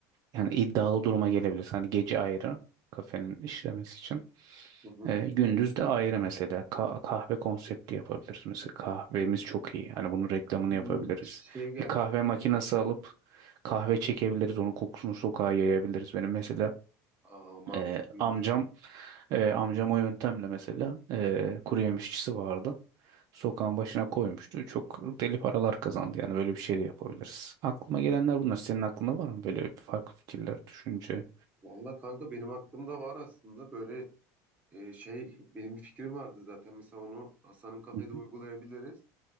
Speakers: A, on the right; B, on the right.
A: Yani iddialı duruma gelebiliriz. Hani gece ayrı kafenin işlemesi için.
B: Hı hı.
A: Ee, gündüz de ayrı mesela Ka- kahve konsepti yapabiliriz. Mesela kahvemiz çok iyi. Hani bunun reklamını
B: Hmm,
A: yapabiliriz.
B: Şey geldi
A: Bir kahve
B: aklıma
A: makinesi
B: bak.
A: alıp kahve çekebiliriz. Onun kokusunu sokağa yayabiliriz. Benim mesela
B: Aa, mantıklıymış
A: e, amcam
B: o.
A: e, amcam o yöntemle mesela e, kuru yemişçisi vardı. Sokağın başına koymuştu. Çok deli paralar kazandı. Yani böyle bir şey de yapabiliriz. Aklıma gelenler bunlar. Senin aklında var mı böyle bir farklı fikirler, düşünce?
B: Valla kanka benim aklımda var aslında böyle e, şey benim bir fikrim vardı zaten. Mesela onu Hasan'ın kafede
A: Hı
B: uygulayabiliriz.
A: hı.